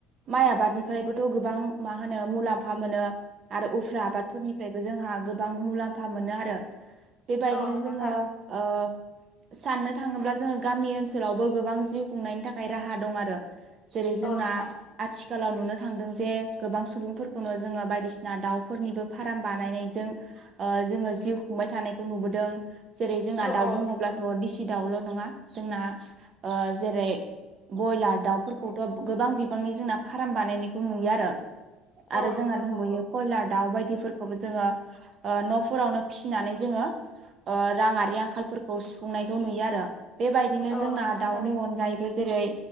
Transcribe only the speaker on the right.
माइ आबादनिफ्रायबोथ गोबां मा होनो मुलाम्फा मोनो। आरो उफ्रा आबादफोरनिफ्रायबो जोंहा गोबां मुलाम्फा मोनो आरो। बेबायदिनो
जोंङो ओ साननो थाङोब्ला जोङो गामि ओनसोलावबो गोबां जिउ खुंनायनि थाखाय राहा दं आरो जेरै जोंना
आथिखालाव नुनो थांदों जे गोबां सुबुंफोरखौनो जोंङो बायदिसिना दाउफोरनिबो फार्म बानायनायजों ओ जोङो जिउ खुंबाय थानायखौ नुबोदों जेरै जोंना
दाउ
बुङोब्लाथ'
दिसि दाउल' नङा जोंना ओ जेरै बयलार दाउफोरखौथ गोबां बिबांनि जोंना फाराम बानायनायखौ नुयो आरो आरो
जोंना दंबावयो।
कयलार दाउ बायदिफोरखौबो जोंङो ओ न'फोरावनो फिसिनानै जोंङो ओ राङारि आंखालफोरखौ सुफुंनायखौ नुयो आरो बेबायदिनो
जोंना
दाउनि
अन दायबो जेरै